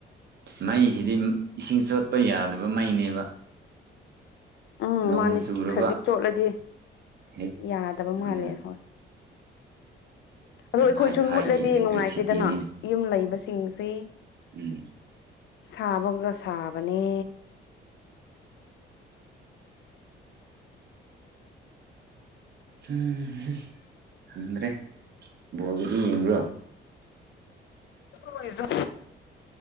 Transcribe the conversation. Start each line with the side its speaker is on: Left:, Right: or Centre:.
Right: ꯃꯩꯖꯤꯗꯤ ꯏꯁꯤꯡ ꯆꯣꯠꯄ ꯌꯥꯗꯕ ꯃꯩꯅꯦꯕ
Left: ꯎꯝ
Right: ꯅꯣꯡꯕꯨ
Left: ꯃꯥꯅꯦ
Right: ꯆꯨꯔꯕ
Left: ꯈꯖꯤꯛ ꯆꯣꯠꯂꯗꯤ
Right: ꯍꯦꯛ
Left: ꯌꯥꯗꯕ ꯃꯥꯜꯂꯦ
Right: ꯎꯝ
Left: ꯍꯣꯏ ꯑꯗꯣ
Right: ꯌꯥꯝ
Left: ꯑꯩꯈꯣꯏꯁꯨꯨ
Right: ꯍꯥꯏꯐꯥꯏꯒꯤ
Left: ꯃꯨꯠꯂꯗꯤ
Right: ꯑꯦꯂꯦꯛꯇ꯭ꯔꯤꯛꯁꯤꯇꯤꯅꯤꯅꯦ
Left: ꯅꯨꯡꯉꯥꯏꯇꯦꯗꯅ ꯌꯨꯝ ꯂꯩꯕꯁꯤꯡꯁꯤ
Right: ꯎꯝ
Left: ꯁꯥꯕꯒ ꯁꯥꯕꯅꯦ
Right: ꯎꯝꯍꯝ ꯉꯝꯗ꯭ꯔꯦ ꯕꯣꯜꯒꯗꯤ ꯌꯦꯡꯕ꯭ꯔꯣ
Left: ꯂꯣꯏꯗ꯭ꯔꯣ